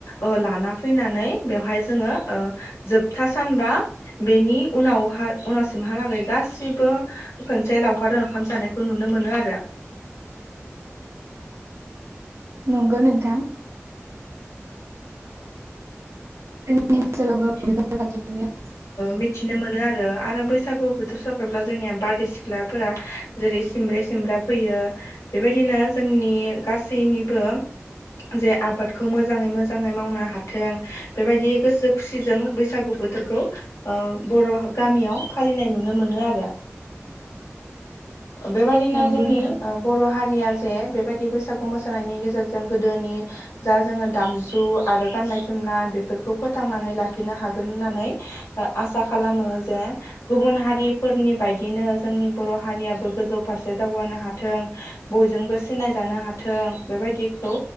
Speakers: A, on the left (about 90°); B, on the right (about 65°).
A: ओ लाना फैनानै बेवहाय जोङोओ। जोबथा सानबा बेनि उनावहा उनावसिमहालागै गाससिबो खनसे लावखार ओंखाम जानायखौ नुनो मोनो आरो।
B: नंगौ नोंथां। जोंनि ओनसोलावबो
A: <unintelligible>
B: बेफोरबायदिनो
A: मिथिनो मोनो आरो आरो बैसागु। बोथोर साफैब्ला जोंनिया बारदै सिख्लाफोरा जेरै सिमब्रे सिमब्रा फैयो बेबायदिनो जोंनि गासैनिबो जे आबादखौ मोजै मोजाङै मावनो हाथों बेबायदि गोसो। खुसिजों बैसागु बोथोरखौ ओ बर' गामियाव फालिनाय नुनो मोनो आरो। बेबायदिनो
B: नंगौ
A: जोंनि
B: नोंथां
A: ओ बर' हारिया जे बेबायदि बैसागु मोसानायनि गेजेरजों गोदोनि जा जोङो दामजु आरो गान्नाय जोमनाय बेफोरखौ फो फोथांनानै लाखिनो हागोन होननानै आसा खालामो जे गुबुन हारिफोरनि बायदिनो जोंनि बर' हारियाबो गोजौ फारसे दावगानो हाथों बयजोंबो सिनायजानो हाथों बेबायदिखौ